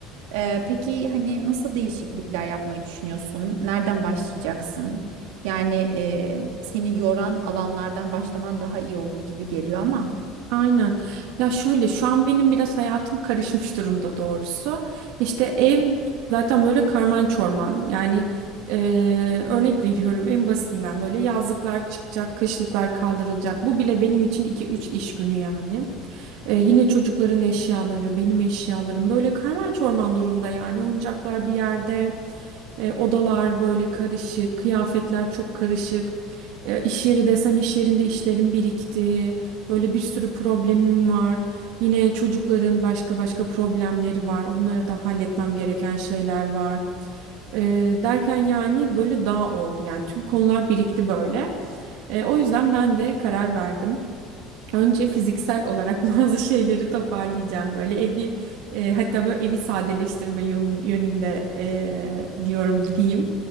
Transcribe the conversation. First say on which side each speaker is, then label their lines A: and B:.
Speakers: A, on the right; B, on the right.
A: Eee, peki hani nasıl değişiklikler yapmayı düşünüyorsun? Nereden başlayacaksın? Yani eee, seni yoran alanlardan
B: Tamam.
A: başlaman daha iyi olur gibi geliyor ama.
B: Aynen. Ya şöyle şu an benim biraz hayatım karışmış durumda doğrusu. İşte ev zaten böyle karman çorman. Yani eee, örnek veriyorum en basitinden böyle yazlıklar çıkacak, kışlıklar kaldırılacak. Bu bile benim için iki üç iş günü yani. Ee, yine çocukların eşyaları, benim eşyalarım böyle karman çorman durumda yani oyuncaklar bir yerde. E, odalar böyle karışık, kıyafetler çok karışık. E, iş yeri desen iş yerinde işlerin birikti. Böyle bir sürü problemim var. Yine çocukların başka başka problemleri var. Onları da halletmem gereken şeyler var. E, derken yani böyle dağ oldu. Yani tüm konular birikti böyle. E, o yüzden ben de karar verdim. Önce fiziksel olarak <laughs> bazı şeyleri toparlayacağım böyle evi e, hatta böyle evi sadeleştirme yön- yönünde e, diyorum gideyim.